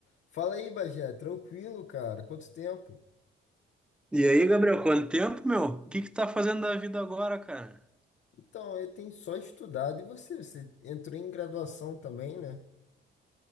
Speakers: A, on the left (about 65°); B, in the centre.
A: Fala aí, Bagé, tranquilo, cara? Quanto tempo?
B: E aí, Gabriel, quanto tempo, meu? O que que tá fazendo da vida agora, cara?
A: Então, eu tenho só estudado. E você? Você entrou em graduação também, né?